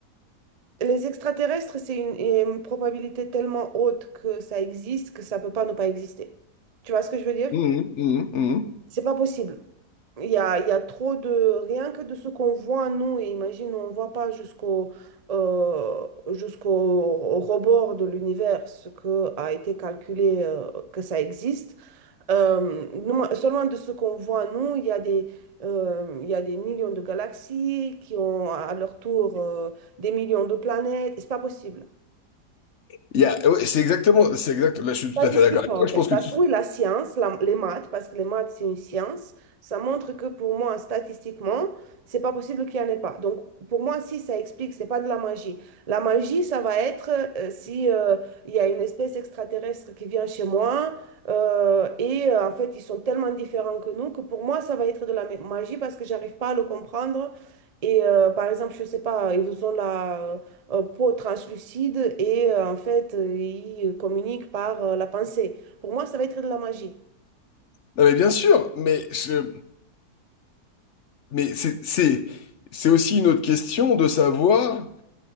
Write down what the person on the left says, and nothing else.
Mhm, mhm, mhm.
Il y a, ouais, c'est exactement, c'est exact. Là, je suis
tout à fait d'accord avec
toi. Je
pense que
tu-
non, mais bien sûr, mais je, mais c'est, c'est, c'est aussi une autre question de savoir.